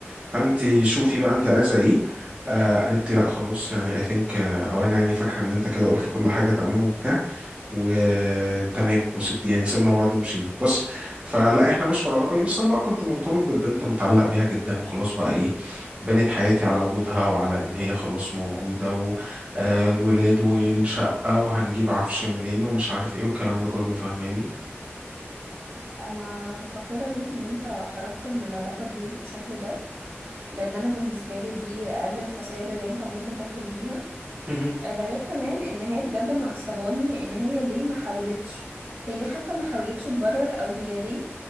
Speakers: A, on the right (about 25°); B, on the right (about 50°).
A: فانت شوفي بقى انت عايزه ايه آه قالت لي لا خلاص يعني اي ثينك او انا يعني فاكره ان انت كده قلت كل حاجه تمام وبتاع وتمام وسبت يعني سيبنا بعض ومشينا بس فلا احنا مش في العلاقه دي بس انا بقى كنت مرتبط بالبنت ومتعلق بيها جدا وخلاص بقى ايه بنيت حياتي على وجودها وعلى ان هي خلاص موجوده والولاد والشقه وهنجيب عفش منين ومش عارف ايه والكلام ده كله فاهماني
B: انا فخوره بيك ان انت خرجت من العلاقه دي بالشكل ده لان انا بالنسبه لي دي اقل الخسائر اللي انت ممكن تخرج بيها
A: مهم،
B: آه، ده غير كمان ان هي بجد معصباني ان هي ليه ما حاولتش هي ليه حتى ما حاولتش تبرر او هي ليه